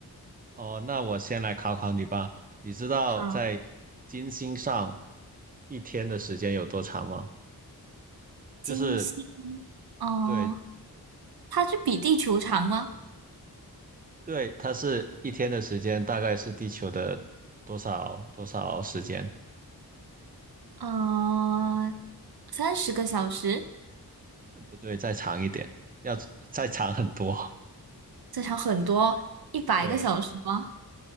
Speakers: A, on the right (about 20°); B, on the right (about 65°).
A: 哦，那我先来考考你吧。你知道在金星上
B: 好，
A: 一天的时间有多长吗？
B: 金星，
A: 就是
B: 嗯、
A: 对
B: 它是比地球长吗？
A: 对，它是一天的时间，大概是地球的多少多少时间？
B: 嗯、三十个小时，
A: 不对，再长一点，要再长很多。<laughs>
B: 再长很多，一百个小时吗？
A: 对，